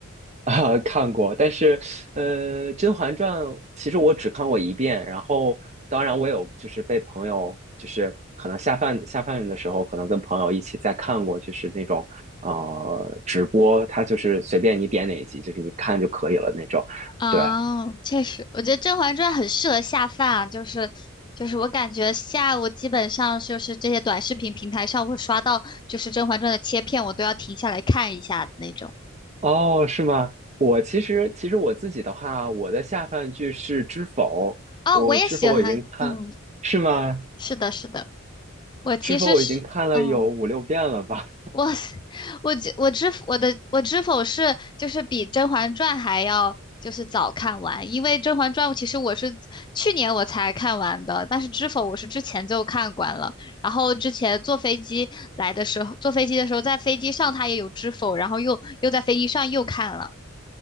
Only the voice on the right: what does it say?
<laughs> 啊，看过，但是，呃，《甄嬛传》其实我只看过一遍，然后当然我有就是被朋友就是可能下饭下饭的时候，可能跟朋友一起再看过，就是那种呃直播，它就是随便你点哪一集，就是你看就可以了那种。
对，
哦，是吗？我其实其实我自己的话，我的下饭剧是《知否》，
我《知否》我已经看，
是吗？
《知否》我已经看了有五六遍了吧？